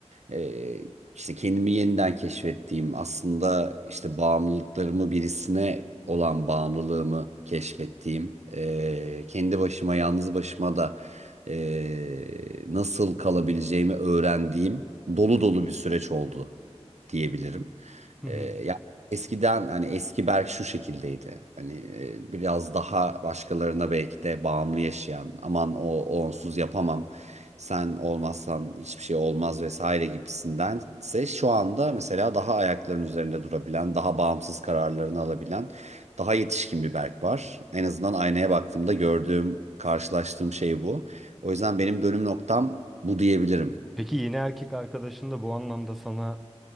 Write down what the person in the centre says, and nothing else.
Hı
hı.
Peki yeni erkek arkadaşın da bu anlamda sana